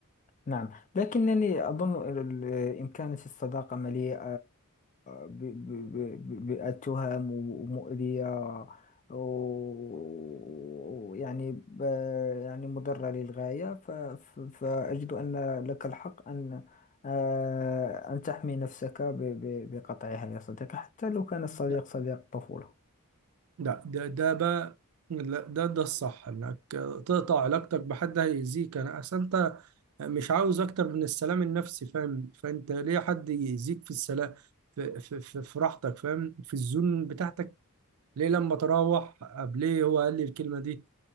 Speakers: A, on the left; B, on the right.
A: نعم لكنني أظن ال- ال- إن كانت الصداقة مليئة ب- ب- ب- بالتهم ومؤذية ويعني ب- يعني مضرة للغاية ف- ف- فأجد أن لك الحق أن آه، أن تحمي نفسك ب- ب- بقطعها يا صديقي حتى لو كان الصديق
B: لا
A: صديق طفولة
B: لا ده ده بقى لا ده ده الصح انك تقطع علاقتك بحد هيأذيك انا اصل انت مش عاوز اكتر من السلام النفسي فاهم فانت ليه حد يزيد في السلام في, في, في, في راحتك فاهم في الزون بتاعتك ليه لما تروح قبل ليه هو قال لي الكلمه دي